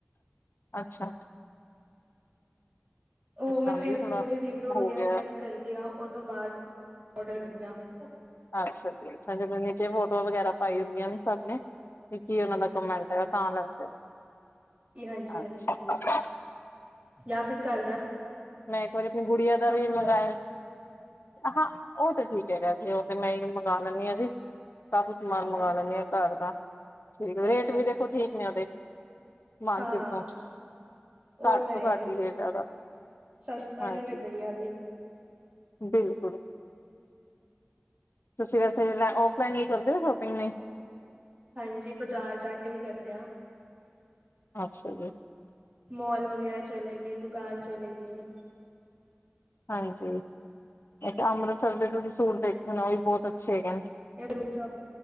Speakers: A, on the left; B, on the right.
A: ਅੱਛਾ।
B: ਉਹ
A: ਮੰਗਾਉਂਦੀ
B: ਮੈਂ ਫਿਰ
A: ਥੋੜਾ
B: ਪੂਰੇ ਰਿਵਿਊ ਵਗੈਰਾ
A: ਹੋ ਗਿਆ
B: ਚੈੱਕ ਕਰਦਿਆਂ, ਉਹ ਤੋਂ ਬਾਅਦ ਔਡਰ ਕਰਦਿਆਂ ਫਿਰ।
A: ਅੱਛਾ ਜੀ ਅੱਛਾ, ਜਿਵੇਂ ਨੀਚੇ ਫੋਟੋਆਂ ਵਗੈਰਾ ਪਾਈ ਹੁੰਦੀਆਂ ਸਭ ਨੇ ਤੇ ਕੀ ਉਹਨਾਂ ਦਾ ਕਮੈਂਟ ਹੈਗਾ ਤਾਂ ਲੱਗਦਾ,
B: ਹਾਂਜੀ ਹਾਂਜੀ ਹਾਂਜੀ
A: ਅੱਛਾ।
B: ਜਾਂ ਫਿਰ ਕੱਲ
A: ਮੈਂ ਇੱਕ ਵਾਰੀ ਆਪਣੀ ਗੁੜੀਆਂ ਦਾ ਵੀ
B: ਤੋਂ ਬੈਸਟ
A: ਮੰਗਾਇਆ।
B: ਹੈ
A: ਹਾਂ ਉਹ ਤੇ ਠੀਕ ਹੈਗਾ ਜੀ, ਉਹ ਫੇਰ ਮੈਂ ਹੀ ਮੰਗਾ ਲੈਂਦੀ ਆਂ ਜੀ। ਕਾਫੀ ਸਮਾਨ ਮੰਗਾ
B: ਅੱਛਾ
A: ਲੈਂਨੀ ਆ ਘਰ ਦਾ, ਠੀਕ
B: ਅੱਛਾ
A: ਰੇਟ ਵੀ
B: ਅੱਛਾ
A: ਦੇਖੋ ਠੀਕ ਨੇ ਉਹਦੇ। ਮਾਰਕੀਟ
B: ਹਾਂ,
A: ਤੋਂ
B: ਉਹ
A: ਘੱਟ
B: ਤਾਂ
A: ਤੋਂ
B: ਹੈ ਈ।
A: ਘੱਟ ਹੀ ਰੇਟ ਆ ਉਹਦਾ
B: ਸਸਤਾ
A: ਹਾਂਜੀ
B: ਵੀ ਤੇ ਬੜੀਆ ਵੀ।
A: ਬਿਲਕੁਲ, ਤੁਸੀਂ ਵੈਸੇ ਲ ਔਫਲਾਈਨ ਵੀ ਕਰਦੇ ਹੋ ਸ਼ੋਪਿੰਗ ਨਈ।
B: ਹਾਂਜੀ, ਬਜ਼ਾਰ ਜਾ ਕੇ ਵੀ ਕਰਦੇ ਆਂ।
A: ਅੱਛਾ ਜੀ।
B: ਮੋਲ ਵਗੈਰਾ ਚਲੇ ਗਏ, ਦੁਕਾਨ ਚਲੇ ਗਏ।
A: ਹਾਂਜੀ, ਇੱਕ ਅੰਮ੍ਰਿਤਸਰ ਦੇ ਤੁਸੀਂ ਸੂਟ ਦੇਖੇ ਹੋਣੇ, ਉਹ ਵੀ ਬਹੁਤ ਅੱਛੇ ਹੈਗੇ ਨੇ।
B: ਗਰੁਪ ਚ